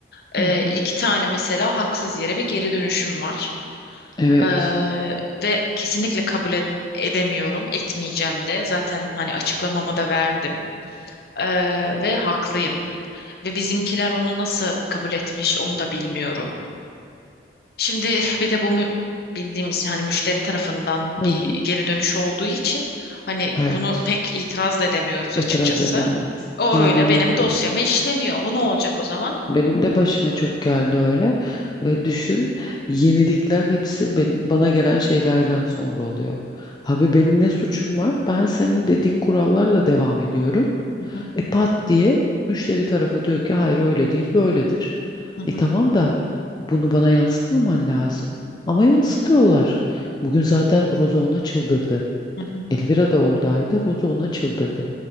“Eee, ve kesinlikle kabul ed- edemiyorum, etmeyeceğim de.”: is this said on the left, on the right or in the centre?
Left